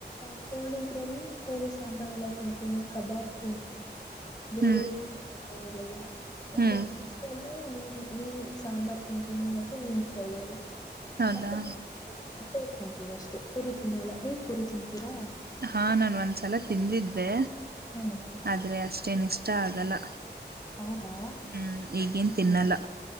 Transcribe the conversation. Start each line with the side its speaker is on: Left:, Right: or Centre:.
Left: ಅಕ್ ಕೋಳಿ ಇದ್ರಲ್ಲಿ ಕೋಳಿ ಸಾಂಬಾರ್ ಎಲ್ಲ ತಿಂತೀನಿ. ಕಬಾಬ್ತಿನ್. ಗ್ರೇವಿ
Right: ಹ್ಮ್
Left: ತಿನ್ಬೇಕು ಹೌದಲ್ಲಾ ಮತ್ತೆ
Right: ಹ್ಮ್
Left: ಫಿಶ್ ಅಲ್ಲಿ ಮೀನ್ ಮೀನ್ ಸಾಂಬಾರ್ ತಿಂತೀನಿ ಮತ್ತೆ ಮೀನ್ ಫ್ರೈ ಎಲ್ಲ
Right: ಹೌದಾ
Left: ಮತ್ತೆ ಮೊಟ್ಟೆ ತಿಂತೀವಿ ಅಷ್ಟೇ ಕುರಿ ತಿನ್ನಲ್ಲ ನೀವ್ ಕುರಿ ತಿಂತೀರಾ.
Right: ಹಾ ನಾನ್ ಒಂದ್ಸಲ ತಿಂದಿದ್ದೆ.
Left: ಹ್ಮ್
Right: ಆದ್ರೆ ಅಷ್ ಅಷ್ಟೇನ ಇಷ್ಟ ಆಗಲ್ಲ
Left: ಹೌದಾ
Right: ಹ್ಮ್ ಈಗೇನ್ ತಿನ್ನಲ್ಲ
Left: ಹ್ಮ